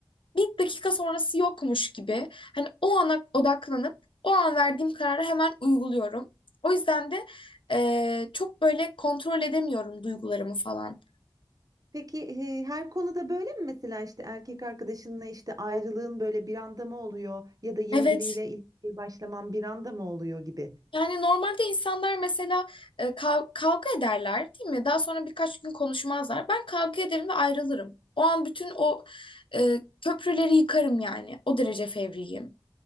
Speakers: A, on the left; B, on the right.
A: bir dakika sonrası yokmuş gibi hani o ana odaklanıp o an verdiğim kararı hemen uyguluyorum. O yüzden de eee, çok böyle kontrol edemiyorum duygularımı falan.
B: Peki e, her konuda böyle mi mesela işte erkek arkadaşınla işte ayrılığın böyle bir anda mı oluyor ya da yeni
A: Evet.
B: biriyle ilişkiye başlaman bir anda mı oluyor gibi?
A: Yani normalde insanlar mesela e, kav- kavga ederler, değil mi? Daha sonra birkaç gün konuşmazlar. Ben kavga ederim ve ayrılırım. O an bütün o e, köprüleri yıkarım yani. O derece fevriyim.